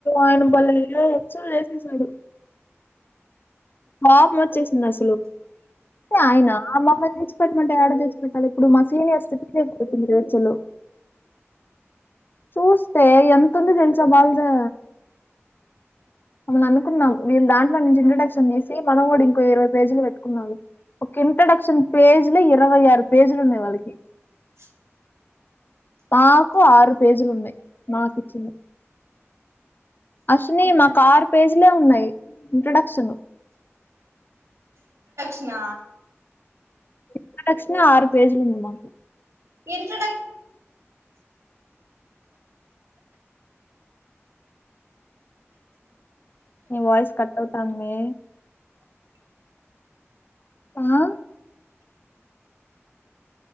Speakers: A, on the left; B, on the right.
A: ఆయన భలే ఏ హెచ్చులు చేసేసాడు కోపమొచ్చేసిందసలు ఆయనా మమ్మల్ని తెచ్చిపెట్టమంటే ఏడ తెచ్చిపెట్టాలి ఇప్పుడు మా సీనియర్స్పోతుంది హెచ్చులు చూస్తే ఎంత ఉంది తెలుసా వాళ్ళదే అప్పుడు అనుకున్నాం వీళ్ళ దాంట్లో నుంచి ఇంట్రడక్షన్ చేసి మనం కూడా ఇంకో ఇరవై పేజీలు పెట్టుకుందాంలే ఒక్క ఇంట్రడక్షన్ పేజ్ లే ఇరవై ఆరు పేజీలు ఉన్నాయి వాళ్ళకి
B: ప్చ్
A: మాకు ఆరు పేజీలు ఉన్నాయి మాకు ఇచ్చినై అశ్ని మాకు ఆరు పేజీ నీవే ఉన్నాయి ఇంట్రడక్షన్
B: నా
A: ఇంట్రడక్షనే ఆరు పేజీలుంది మాకు
B: ఇంట్రడ
A: నీ వాయిస్ కట్ అవుతాంది ఆ